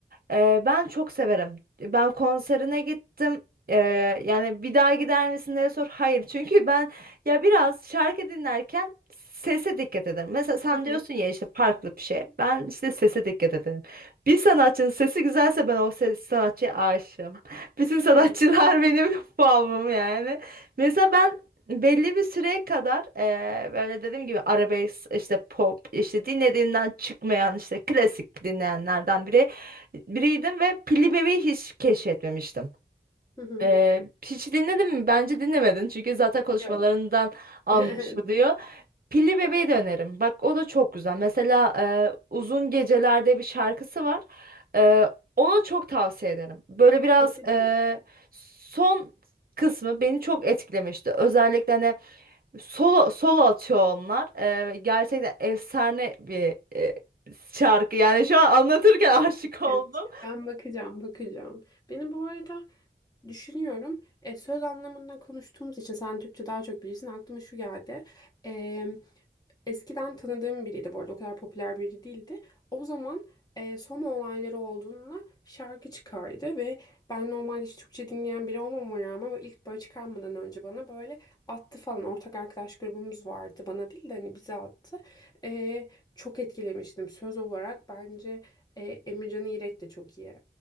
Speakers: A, on the right; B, on the left.
A: Ee, ben çok severim. Ben konserine gittim. Ee, yani bir daha gider misin diye sor. Hayır çünkü ben ya biraz şarkı dinlerken sese dikkat ederim. Mesela sen
B: Hı hı.
A: diyorsun ya işte farklı bir şey. Ben işte sese dikkat ederim. Bir sanatçının sesi güzelse ben o ses sanatçıya aşığım. Bütün sanatçılar
B: Evet.
A: <laughs> benim bağımım yani. Mesela ben Belli bir süreye kadar eee, böyle dediğim gibi arabesk işte pop işte dinlediğinden çıkmayan işte klasik dinleyenlerden biri biriydim ve Pilli Bebeği hiç keşfetmemiştim.
B: Hı hı.
A: Eee, hiç dinledin mi? Bence dinlemedin çünkü zaten konuşmalarından
B: Yok. <laughs>
A: anlaşılıyor.
B: Evet.
A: Pilli Bebeği de öneririm. Bak o da çok güzel. Mesela eee, Uzun Gecelerde bir şarkısı var. Eee, onu çok tavsiye ederim. Böyle biraz
B: Bakacağım.
A: eee, son kısmı beni çok etkilemişti. Özellikle hani Solo, solo atıyor onlar. Ee, gerçekten efsane bir e, şarkı. Yani şu an anlatırken <laughs> aşık oldum.
B: Evet. Ben bakacağım, bakacağım. Benim bu arada Düşünüyorum. E, söz anlamında konuştuğumuz için sen Türkçe daha çok bilirsin. Aklıma şu geldi. E, eskiden tanıdığım biriydi bu arada. O kadar popüler biri değildi. O zaman e, Soma olayları olduğunda şarkı çıkardı ve ben normalde hiç Türkçe dinleyen biri olmama rağmen o ilk böyle çıkarmadan önce bana böyle attı falan. Ortak arkadaş grubumuz vardı. Bana değil de hani bize attı. E, çok etkilemiştim söz olarak. Bence e, Emircan İrek de çok iyi.